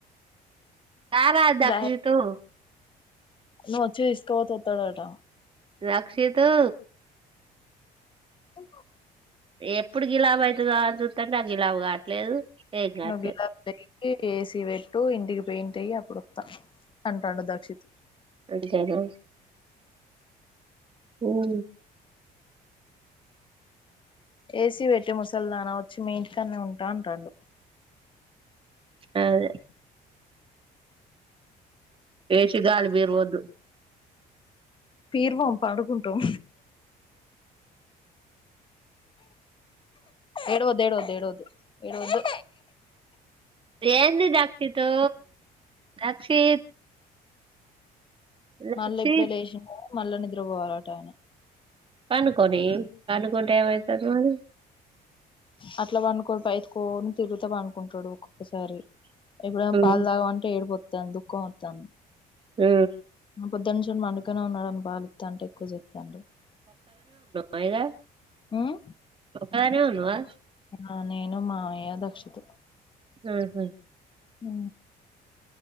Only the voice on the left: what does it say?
బ నువచ్చి తిసుకపోతే ఉత్తడటా
అ
నువ్ బిలతేరి ఏసి పెట్టు ఇంటికి పెయింట్ అయ్యి ఎప్పుడోత అంటాండు దక్షిత్
ఏసీ పెట్టె ముసలిదానా వచ్చి మీ ఇంటికనే ఉంటా అంటాండు
పీర్వాం పాడుకుంటూం ఏడవదు ఏడవదు ఏడవద్దు ఏడవద్దు
మళ్ళా ఇప్పుడే లేచిన మళ్ళా నిద్రపోవాలట ఆయన
అట్లా పనుకోడు బైతుకోని తిరుగుతా బనుకుంటాడు ఒక ఒకసారి ఇప్పుడేమె
పాలు తాగమంటే ఏడిపోతుంది దుఃఖం ఒతంది
పొద్దున్న నుంచి పండుకునే ఉన్నాడు అని పాలితంటే ఎక్కువ చెప్తాండు
హ్మ్
ఆ నేను మావయ్య దక్షితు
ఆ